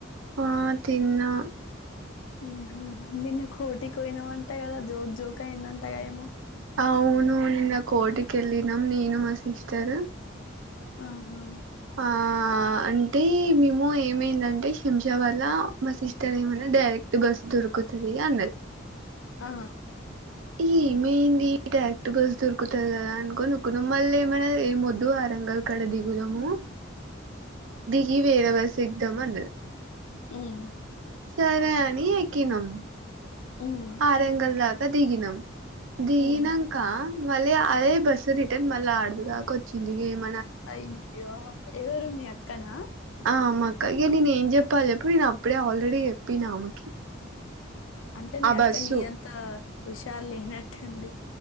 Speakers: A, on the right; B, on the left.
A: ఆ తిన్నా
B: ఊహూ నిన్న కోఠి కి వోయినవంట కదా జోక్ జోకయ్యిందంటగా ఏమో
A: అవును నిన్న కోఠి కెళ్ళినం నేను మా సిస్టర్
B: ఆహా
A: ఆ అంటే మేము ఏమైందంటే శంషాబాద్ ల మా సిస్టర్ ఏమనే డైరెక్ట్ బస్సు దొరుకుతుది అన్నది
B: ఆ
A: ఏమైయింది డైరెక్ట్ బస్ దొరుకుతది కదా అనుకోని ఊక్కున్నాం మళ్ళి ఏమనే ఏమొద్దు ఆరంగల్ కడ దిగుదాము దిగి వేరే బస్ ఎగ్దాము అన్నది
B: మ్,
A: సరే అని ఎక్కినం
B: మ్,
A: ఆరంగల్ దాకా దిగినం దిగినంక
B: మ్.
A: మళ్ళీ అదే బస్సు రిటర్న్ మళ్ళ అడది దాకొచ్చింది ఏమ
B: అయ్యో ఎవరు మీ అక్కనా
A: ఆ మా అక్క ఇగ నేను ఏం చెప్పాలి చెప్పు నేను అప్పుడే ఆల్రెడీ చెప్పిన ఆమెకి
B: అంటే మీ
A: ఆ
B: అక్క
A: బస్సు
B: నీ అంత హుషారు లేనట్టుంది